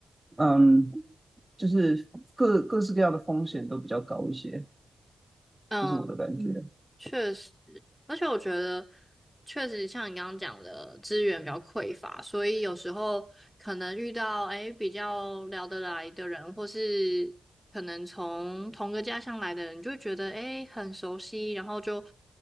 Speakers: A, on the right; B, in the centre.
A: 嗯，就是各各式各样的风险都比较高一些，
B: 嗯。
A: 这是我的感觉。
B: 确实，而且我觉得确实像你刚刚讲的，资源比较匮乏，所以有时候可能遇到诶比较聊得来的人，或是可能从同个家乡来的人，就会觉得诶很熟悉，然后就